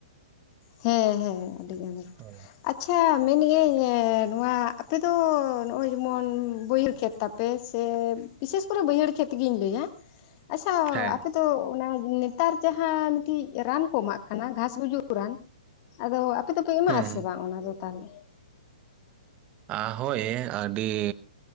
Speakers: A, on the left; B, on the right.
A: ᱦᱮᱸ ᱦᱮᱸ ᱟᱹᱰᱤᱜᱟᱱ ᱜᱮ
B: <inaudible>
A: ᱾ ᱟᱪᱪᱷᱟ ᱢᱮᱱᱮᱜ ᱟᱹᱧ ᱮ ᱱᱚᱣᱟ ᱟᱯᱮ ᱫᱚ ᱱᱚᱜ-ᱚᱭ ᱡᱮᱢᱚᱱ ᱵᱟ. ᱭᱦᱟᱹᱲ ᱠᱷᱮᱛ ᱛᱟᱯᱮ ᱥᱮ ᱵᱤᱥᱮᱥ ᱠᱚᱨᱮ ᱵᱟᱹᱭᱦᱟᱹᱲ ᱠᱷᱮᱛ ᱜᱤᱧ ᱞᱟᱹᱭᱟ᱾ ᱟᱪᱪᱷᱟ
B: ᱦᱮᱸ
A: ᱟᱯᱮ ᱫᱚ ᱚᱱᱟ ᱱᱮᱛᱟᱨ ᱡᱟᱦᱟᱸ ᱢᱤᱫᱴᱤᱡ ᱨᱟᱱ ᱠᱚ ᱮᱢᱟᱜ ᱠᱟᱱᱟ ᱜᱷᱟᱸᱥ ᱜᱩᱡᱩᱜ ᱨᱟᱱ᱾ ᱟᱫᱚ ᱟᱯᱮ ᱫᱚᱯᱮ ᱮᱢᱟᱜ
B: ᱦᱮᱸ
A: ᱟᱥᱮ ᱵᱟᱝ ᱚᱱᱟᱫᱚ ᱛᱟᱦᱚᱞᱮ?
B: ᱟᱸ ᱦᱳᱭ ᱟᱹᱰᱤ